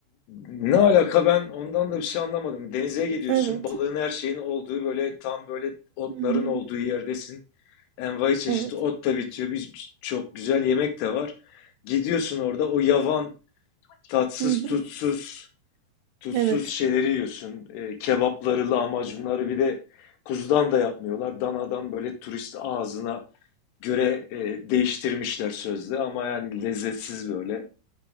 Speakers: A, on the left (about 75°); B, on the right (about 80°).
A: ne alaka ben ondan da bir şey anlamadım. Denize gidiyorsun,
B: Evet.
A: balığın her şeyin olduğu böyle tam böyle otların
B: Hı hı.
A: olduğu yerdesin. Envai çeşit
B: Evet.
A: ot da bitiyor. Bir çok güzel yemek de var. Gidiyorsun orada o yavan, tatsız,
B: Hı hı.
A: tutsuz, tutsuz
B: Evet.
A: şeyleri yiyorsun. E, kebapları, lahmacunları bir de kuzudan da yapmıyorlar. Danadan böyle turist ağzına göre e, değiştirmişler sözde ama yani lezzetsiz böyle.